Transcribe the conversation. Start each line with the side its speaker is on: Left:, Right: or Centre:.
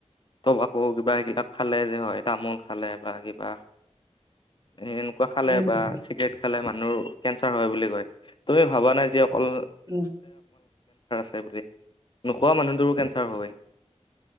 Left: ত' আকৌ কিবা সেইগিলাক খালে যে হয় তামোল খালে বা কিবা এ, এনেকুৱা খালে
Right: উম
Left: বা
Right: উম
Left: চিগৰেট খালে মানুহ নুৰ কেঞ্চাৰ হয় বুলি কয়, তুমি ভবা নাই যি অকল
Right: উম।
Left: বাৰে পতি নোখোৱা মানুহটোৰো কেঞ্চাৰ হয়।